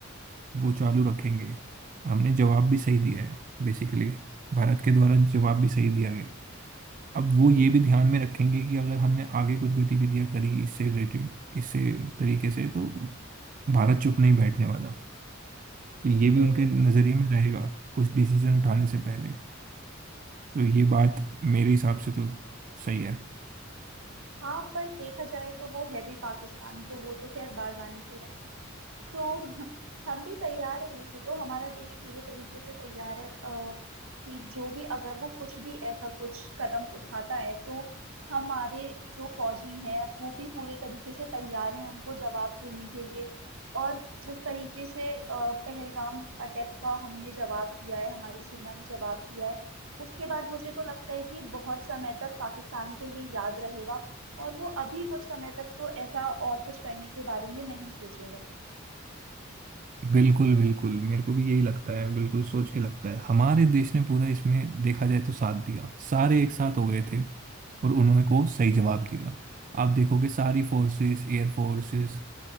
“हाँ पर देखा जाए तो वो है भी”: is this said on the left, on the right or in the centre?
Right